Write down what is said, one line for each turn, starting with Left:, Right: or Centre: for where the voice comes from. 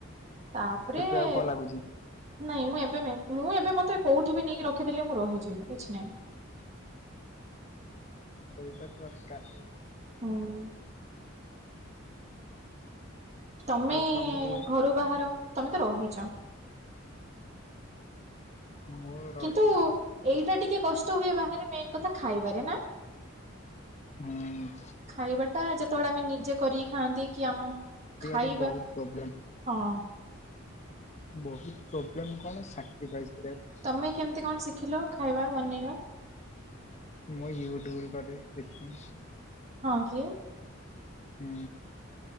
Right: ତାପରେ-ଏ-ଏ
Left: ଏବେ ଆଉ କଣ ଲାଗୁଛି
Right: ନାଇଁ ମୁଁ ଏବେ ମେ ମୁଁ ଏବେ ମତେ କୋଉଠି ବି ନେଇକି ରଖି ଖିଦେଲେ ମୁଁ ରହିଯିବି କିଛି ନାହିଁ।
Left: ସେଇଟା ଦରକାର।
Right: ହୁଁ। ତମେ-ଏ-ଏ-ଏ
Left: ଆଉ ତମକୁ
Right: ଘରୁ ବାହାର, ତମେ ତ ରହିଚ।
Left: ମୋ-ଓ-ଓ
Right: କିନ୍ତୁ ଏଇଟା ଟିକେ କଷ୍ଟ ହୁଏ ବାହାରେ ମେନ୍ କଥା ଖାଇବାରେ ନା?
Left: ହୁଁ।
Right: ଖାଇବା ଟା ଯେତେବେଳେ ଆମେ ନିଜେ କରିକି ଖାଆନ୍ତି କି ଆମ ଖାଇବା
Left: ଟା ବହୁତ ପ୍ରୋବ୍ଲେମ
Right: ହଁ।
Left: ବହୁତ ପ୍ରୋବ୍ଲେମ କଣ ସାକ୍ରିଫାଇଜ କରିବାକୁ <unintelligible>
Right: ତମେ କେମିତି କଣ ଶିଖିଲ ଖାଇବା ବନେଇବା?
Left: ମୁଁ ୟୁଟ୍ୟୁବରୁ କରେ ଦେଖିକି।
Right: ହଁ ଯେ
Left: ହୁଁ।